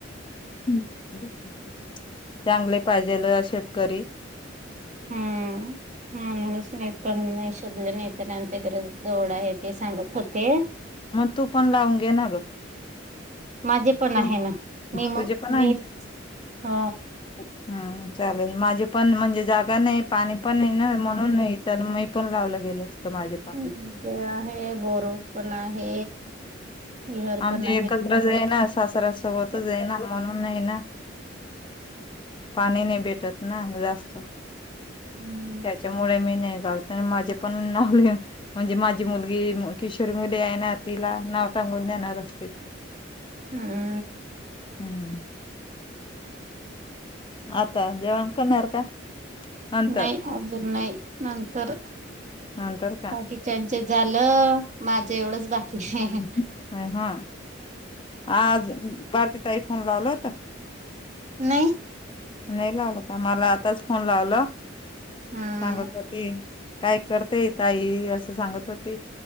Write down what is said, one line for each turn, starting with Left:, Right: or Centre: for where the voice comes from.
Left: हम्म. <unintelligible> चांगले पाहिजेल शेतकरी.
Right: हम्म हम्म अस नाही येत. पण नाही शोधलं नाही तर आमच्या ग्र गोरडा ये ते सांगत होते
Left: मग तू पण लावून घे ना ग.
Right: माझे पण
Left: तू
Right: आहे ना मी -म-
Left: तुझे पण
Right: मी
Left: आहे
Right: अ
Left: हम्म चालेल माझे पण म्हणजे जागा नाही पाणी पण नाही ना म्हणून नाही तर मी पण लावलं गेलं असतं माझे. <unintelligible>
Right: तो आहे बोर पण आहे. विहर
Left: आमचे
Right: पण
Left: एकत्रच आहे ना सासऱ्या सोबतच
Right: हम्म.
Left: आहे ना म्हणून नाही ये ना. पाणी नाही भेटत ना जास्त.
Right: हम्म.
Left: त्याच्यामुळे मी नाही जात आणि माझे पण नाव लिहून म्हणजे माझी मुलगी किशोरी मुली आहे ना तिला नाव टांगून देणार असते.
Right: हम्म.
Left: हम्म. आता जेवण करणार का? नंतर
Right: नाही अजून नाही नंतर
Left: नंतर का
Right: बाकी त्यांचं झालं माझं एवढंच बाकी
Left: हम्म
Right: हे अहं अहं
Left: हा आज भारती ताई फोन लावल होत?
Right: नई.
Left: नाही लावलं का मला आताच फोन लावला
Right: हम्म
Left: सांगत होती काय करतेय ताई असं सांगत होती.